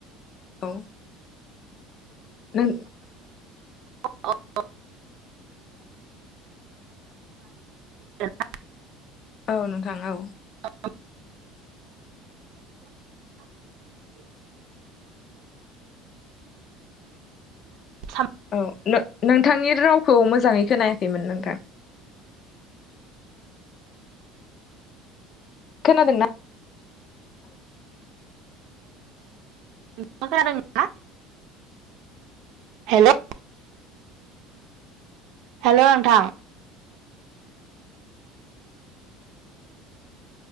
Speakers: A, on the left; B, on the right.
A: औ नों
B: अ अ <unintelligible>
A: औ नोंथां औ।
B: औ <unintelligible> <unintelligible>
A: औ नो नोंथांनि रावखौ मोजाङै खोनायाखैमोन नोंथां खोनादोंना
B: नोंथां खोनादों ना हेल' हेल' नोंथां